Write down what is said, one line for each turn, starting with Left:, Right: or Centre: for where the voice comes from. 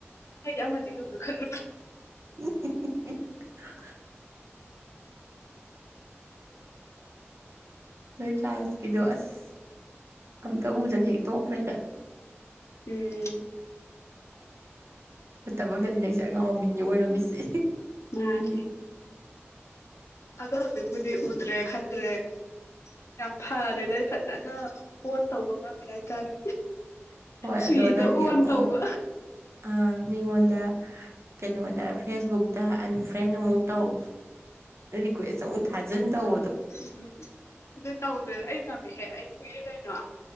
Left: ꯍꯥꯏꯗꯤ ꯑꯃꯗꯤ ꯂꯨꯒ ꯈꯜꯂꯨ
Right: <inaudible> ꯑꯗꯨꯣꯏ ꯀꯁ ꯀꯤꯗꯣ ꯑꯁ ꯑꯝꯇ ꯎꯗꯅ ꯍꯦꯛ ꯇꯣꯛꯈ꯭ꯔꯦ ꯍꯦꯗ
Left: ꯎꯝ
Right: ꯃꯇꯝ ꯑꯃꯗꯗꯤ ꯅꯪꯁꯦ ꯑꯉꯥꯎꯕꯤꯅꯤ ꯑꯣꯏꯔꯝꯃꯤꯁꯦ
Left: ꯃꯥꯅꯤ ꯑꯗꯣ ꯍꯧꯖꯤꯛꯄꯨꯗꯤ ꯎꯗ꯭ꯔꯦ ꯈꯟꯗ꯭ꯔꯦ ꯌꯥꯝ ꯐꯔꯦꯗ ꯑꯩ ꯐꯖꯅ ꯀꯣꯟ ꯇꯧꯕ ꯉꯝꯃꯦ ꯍꯥꯏꯇꯥꯔꯦ
Right: ꯍꯣꯏ
Left: ꯁꯤꯗ
Right: ꯑꯗꯣ ꯅꯪꯒꯤ
Left: ꯑꯣꯟ
Right: ꯑꯃꯨꯛꯃꯨꯛ
Left: ꯇꯧꯕ
Right: ꯑ ꯃꯤꯉꯣꯟꯗ ꯀꯩꯅꯣꯗ ꯐꯦꯁꯕꯨꯛꯇ ꯐ꯭ꯔꯦꯟ ꯑꯃꯨꯛ ꯇꯧ ꯔꯤꯀ꯭ꯋꯦꯁ ꯑꯃꯨꯛ ꯊꯥꯖꯟ ꯇꯧ
Left: ꯎꯝ ꯑꯗꯨ ꯇꯧꯗꯣꯏ ꯑꯩ ꯉꯝꯃꯦꯍꯦ ꯑꯩ ꯀꯨꯏꯔꯦ ꯀꯩꯅꯣ